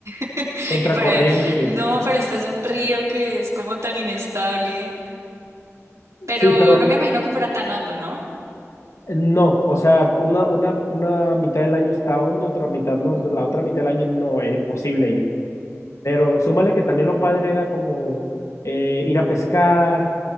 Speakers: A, on the right; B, on the left.
A: <laughs>
B: contracorriente.
A: y para, no, para estás un río que es como tan inestable. Pero
B: Sí, pero
A: no me imagino que fuera tan hondo, ¿no?
B: No, o sea, una,
A: Mm,
B: una, una mitad del año está hondo, otra mitad no,
A: ujú.
B: entonces la otra mitad del año no, era imposible, y pero súmale que también lo padre era como eh, ir a pescar